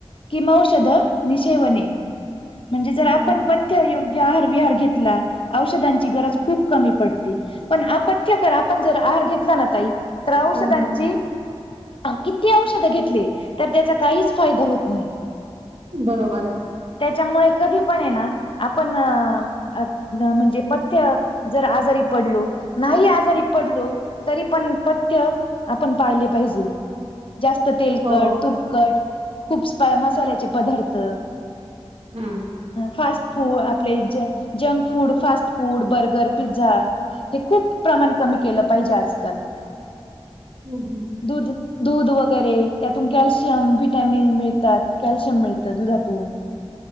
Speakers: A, on the left; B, on the right.
A: किमौऔषध निषेवने म्हणजे जर
B: हं
A: आपण
B: हं
A: पथ्य योग्य आहार विहार घेतला औषधांची गरज खूप कमी पडते पण आपण जर आहार घेतला ना ताई तर औषधांची
B: हं हं
A: किती औषधं घेतले तर त्याचा काहीच फायदा होत नाही
B: बरोबर आहे
A: त्याच्यामुळे कधी पण आहे ना आपण अ म्हणजे पथ्य जर आजारी पडलो नाही आजारी पडलो तरी पण पथ्य आपण पाळले पाहिजे जास्त तेलकट
B: हो
A: तुपकट खूप स्पाय मसाल्याचे पदार्थ
B: हं
A: फास्ट फूड आपले junk food fast food burger pizza हे खूप प्रमाण कमी केलं पाहिजे आजकाल
B: हम्म हम्
A: दुध दूध वगैरे त्यातून कॅल्शियम वि्हटॅमिन मिळतात कॅल्शियम मिळतं दुधातून